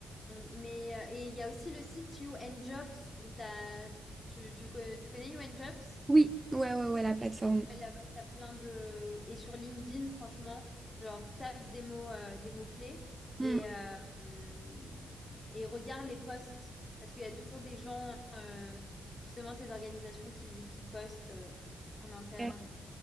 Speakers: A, on the left; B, on the right.
A: mais, euh, et il y a aussi le site You and Jobs où t'as- tu, tu, co- tu connais You and Jobs?
B: Oui, ouais, ouais, ouais, la plateforme.
A: Ouais, Là-bas, t'as plein de... Et sur LinkedIn, franchement, genre, tape des mots, euh, des mots-clés
B: Hmm.
A: et, euh, hum, et regarde les posts. Parce qu'il y a toujours des gens, euh, justement, de ces organisations qui, qui postent euh, en interne.
B: Ouais,